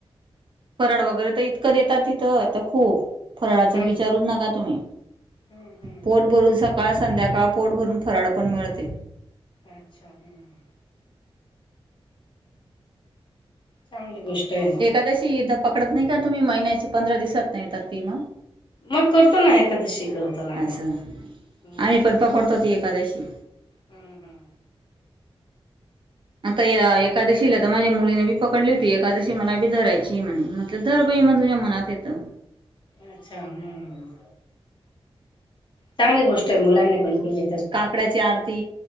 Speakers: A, on the right; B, on the left.
A: फराड वगैरे तर इतकं देतात तिथं तर खूप फराळाचं
B: हम्म
A: विचारूच नका तुम्ही
B: हम्म हम्म
A: पोट भरून सका सकाळ संध्याकाळ पोट भरून फराळ पण मिळते.
B: अच्छा हम्म चांगली गोष्ट आहे. ना
A: कदाशी इथ पकडत नाही का? तुम्ही महिन्याचे पंधरा दिवसात न येता त ते मग?
B: मग करतो ना एखकादशी करतो ना आम्ही.
A: असं आम्ही
B: हम्म
A: पण पकडतो ती एकादशी.
B: हम्म हम्म
A: आता या एकादशीला तर माझ्या मुलीने बी पकडली होती एकादशी मला बी धरायची म्हणे म दर बही मण तुझ्या मनात येतं.
B: अच्छा हम् चांगली गोष्ट आहे मुलांनी पण केली तर
A: आकड्याची आरती